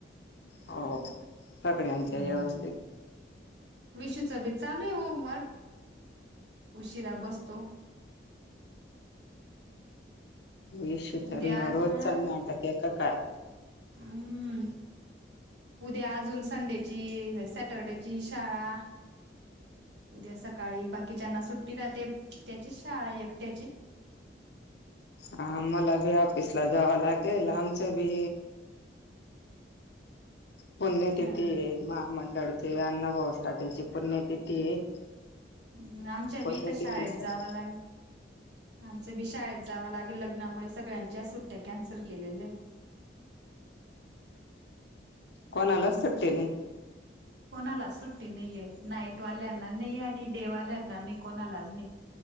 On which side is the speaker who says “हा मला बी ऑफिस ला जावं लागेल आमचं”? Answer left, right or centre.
Left